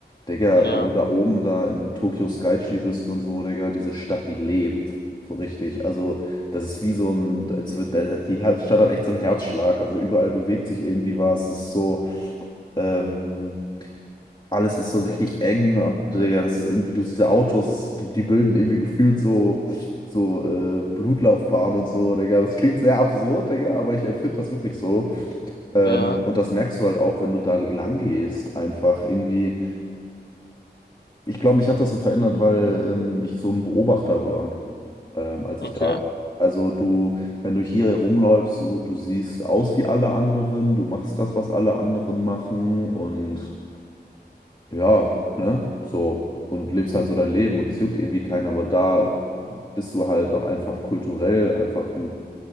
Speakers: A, on the left (about 25°); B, on the left (about 75°).
A: Digga,
B: Ja,
A: wenn du da oben da im Tokyo Skytree bist und so, Digga, diese Stadt, die lebt, so richtig, also das ist wie so ein, als wird, die Stadt hat echt so einen Herzschlag, also überall bewegt sich irgendwie was, es ist so, ähm, alles ist so richtig eng und Digga, das irgendwie, du siehst diese Autos, das, die bilden irgendwie gefühlt so, so äh, Blutlaufbahnen und so, Digga. Das klingt sehr absurd, Digga, aber ich empfinde das wirklich so. Ähm,
B: ja,
A: und das merkst du halt auch, wenn du da lang gehst, einfach irgendwie. Ich glaube, mich hat das so verändert, weil ähm, ich so ein Beobachter war, ähm, als
B: okay.
A: ich da war. Also du, wenn du hier herumläufst, so, du siehst aus wie alle anderen, du machst das, was alle anderen machen und ja, ne, so. Und lebst halt so dein Leben und es juckt irgendwie keinen, aber da bist du halt auch einfach kulturell einfach ein,